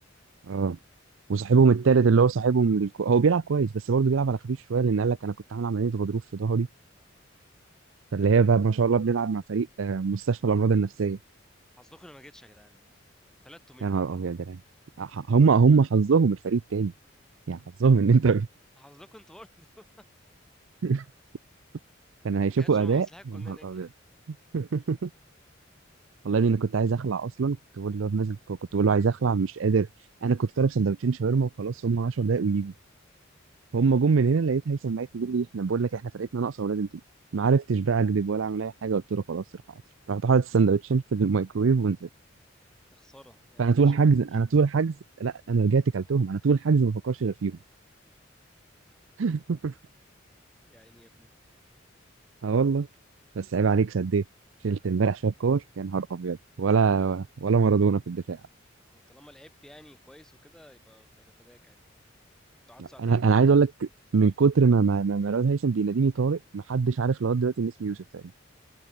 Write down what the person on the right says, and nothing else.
اه وصاحبهم التالت اللي هو صاحبهم الكو... هو بيلعب كويس بس برضه بيلعب على خفيف شويه لان قال لك انا كنت عامل عمليه غضروف في ظهري فاللي هي بقى ما شاء الله بنلعب مع فريق آه، مستشفى الامراض النفسيه
يا نهار ابيض يعني ح- هم هم حظهم الفريق تاني يعني حظهم ان انت
<laughs> كانوا هيشوفوا
اداء
يا
نهار
ابيض
<laughs> والله إني انا كنت عايز اخلع اصلا كنت بقول له نازل كنت بقول له عايز اخلع مش قادر انا كنت طالب سندوتشين شاورما وخلاص هم 10 دقايق ويجوا هم جم من هنا لقيت هيثم معايا يقول لي احنا بقول لك احنا فرقتنا ناقصه ولازم تيجي ما عرفتش بقى اكذب ولا اعمل اي حاجه قلت له خلاص روح حاضر رحت حاطط السندوتشين في الميكرويف ونزلت
فانا
طول الحجز
انا طول الحجز لا انا رجعت كلتهم انا طول الحجز ما بفكرش غير فيهم
<laughs>
اه والله بس عيب عليك سديت شلت امبارح شويه كور يا نهار ابيض ولا ولا مارادونا في الدفاع
انا انا عايز اقول لك من كتر ما ما ما مراد هيثم بيناديني طارق محدش عارف لغايه دلوقتي ان اسمي يوسف تقريبا